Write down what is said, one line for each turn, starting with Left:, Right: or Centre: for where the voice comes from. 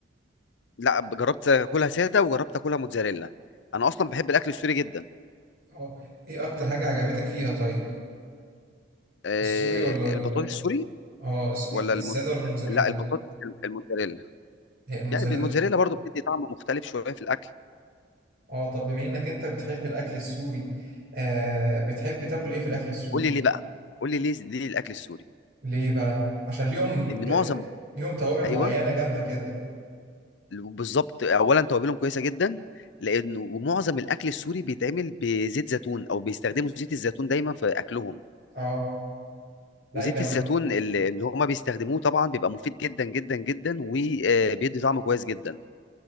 Left: لا جربت اكلها ساده وجربت اكلها موتزاريلا انا اصلا بحب الاكل السوري جدا
Right: آه إيه أكتر حاجة عجبتك فيها طيب؟
Left: أه
Right: السوري ولا
Left: البطاطس
Right: ال...
Left: السوري
Right: اه الس-
Left: ولا
Right: السادة
Left: الم...
Right: ولا الموتزاريلا؟
Left: لا البطاطس الموتزاريلا
Right: هي الموتزاريلا
Left: يعني الموتزاريلا برضو بتدي طعم مختلف شويه في الاكل
Right: اه طب بما انك انت بتحب الاكل السوري آه بتحب تاكل ايه في الاكل
Left: بس
Right: السوري
Left: قول لي ليه بقى قول لي ليه ليه الاكل السوري
Right: ليه بقى عشان ليهم
Left: لان
Right: ج...
Left: معظم
Right: ليهم توابل
Left: ايوه
Right: معينة جامدة كده
Left: بالظبط اولا توابلهم كويسه جدا لانه ومعظم الاكل السوري بيتعمل بزيت زيتون او بيستخدموا زيت الزيتون دايما في اكلهم
Right: اه لا
Left: وزيت
Right: ايه جمع
Left: الزيتون اللي اللي هما بيستخدموه طبعا بيبقى مفيد جدا جدا جدا وبيدي طعم كويس جدا